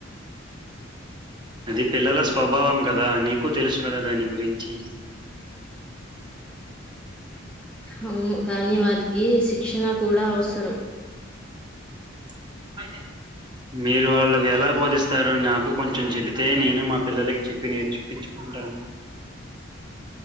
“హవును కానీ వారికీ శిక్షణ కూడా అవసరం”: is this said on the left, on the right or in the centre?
Centre